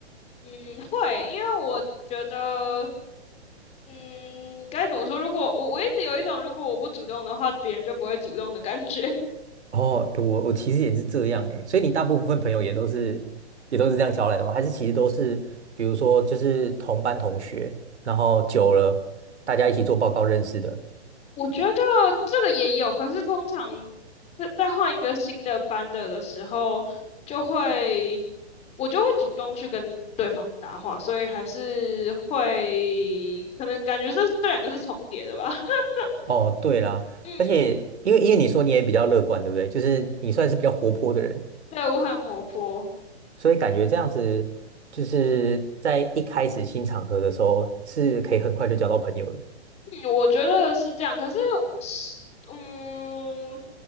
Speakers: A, on the left; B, on the right.
A: 嗯，会，因为我觉得，嗯，该怎么说？如果我我一直有一种，如果我不主动的话，别人就不会主动的感觉。<laughs>
B: 哦，我我其实也是这样诶，所以你大部分朋友也都是也都是这样交来的吗？还是其实都是比如说就是同班同学，然后久了大家一起做报告认识的？
A: 我觉得这个也有，可是通常在在换一个新的班的的时候，就会我就会主动去跟对方搭话，所以还是会可能感觉这这两个是重叠的吧。<laughs>
B: 哦，对啦，
A: 嗯，
B: 而且因为因为你说你也比较乐观，对不对？就是你算是比较活泼的人。
A: 对，我很活泼。
B: 所以感觉这样子就是在一开始新场合的时候是可以很快就交到朋友的。
A: 嗯，我觉得是这样，可是是，嗯，